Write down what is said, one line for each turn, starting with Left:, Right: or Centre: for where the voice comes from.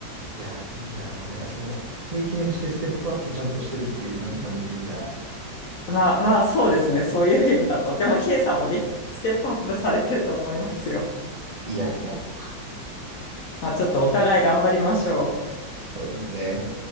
Right: いや、いいなー。なんかその経験してステップアップちゃんとしてるっていう感じなんですね、じゃあ。
Left: まあまあ、そうですね、そういう意味だと。でも、K さんもでき、ステップアップされてると思いますよ。
Right: いやいやいや。
Left: まあちょっとお互い頑張りましょう。
Right: そうですね。